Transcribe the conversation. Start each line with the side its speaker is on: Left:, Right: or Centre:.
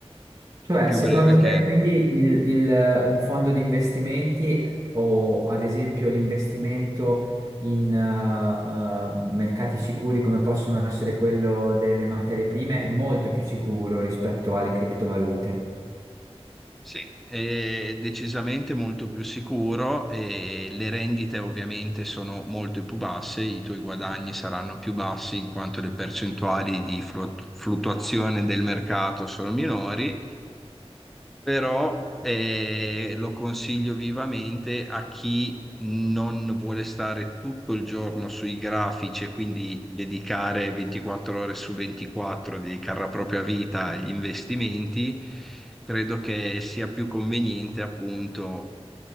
Right: Cioè,
Centre: più
Right: secondo
Centre: breve che
Right: te, quindi il- il- un fondo di investimenti o ad esempio l'investimento in eh, eh, mercati sicuri come possono essere quello delle materie prime è molto più sicuro rispetto alle criptovalute?
Centre: sì, è decisamente molto più sicuro e le rendite ovviamente sono molto più basse, i tuoi guadagni saranno più bassi in quanto le percentuali di flu- fluttuazione del mercato sono minori però eh, lo consiglio vivamente a chi non vuole stare tutto il giorno sui grafici e quindi dedicare 24 ore su 24, dedicare la propria vita agli investimenti. Credo che sia più conveniente appunto